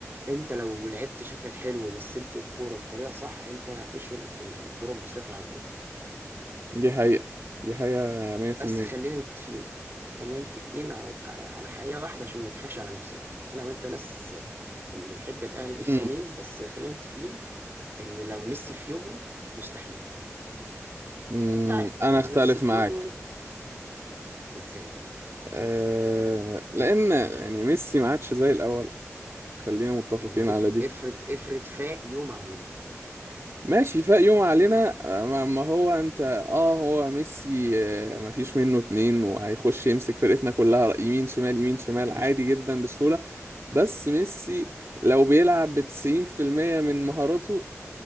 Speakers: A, on the right; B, on the right.
A: انت لو لعبت شكلك حلو ومثلت الكوره بطريقه صح انت هتشهر ال- الكوره المصريه في العالم كله
B: دي حقيقة دي حقيقة 100%
A: بس خلينا متفقين خلينا متفقين على على على حقيقه واحده عشان ما نضحكش على نفسنا انا وانت ناس بنحب الاهلي للصميم
B: امم
A: بس خلينا متفقين ان لو ميسي في يومه مستحيل
B: أمم،
A: انت عارف
B: انا
A: لما
B: اختلف
A: يبقى ميسي في
B: معاك
A: يومه ازاي طيب
B: أه... لان يعني ميسي ما عادش زي الاول خلينا متفقين
A: ما هي دي الفكره
B: على دي
A: افرض افرض فاق يوم علينا
B: ماشي فاق يوم علينا ما ما هو انت اه هو ميسي آه، ما فيش منه اتنين وهيخش يمسك فرقتنا كلها رأي- يمين شمال يمين شمال عادي جدا بسهولة بس ميسي لو بيلعب بتسعين في المية من مهاراته